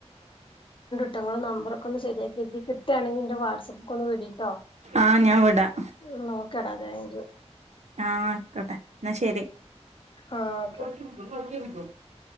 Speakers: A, on the left; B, on the right.
A: ഞങ്ങള് ന മ്പരൊക്കെ ഒന്ന് ശരിയാക്കി കിട്ടുകയാണെങ്കി എന്റെ വാട്സ്ആപ്പ് കോൾ വിളി കേട്ടോ
B: ആ ഞാൻ വിടാം
A: എന്നാ ഓക്കേടാ താങ്ക് യു
B: ആ ആയിക്കോട്ടെ എന്നാ ശരി
A: ആഹ് ഓക്കെ
B: <unintelligible>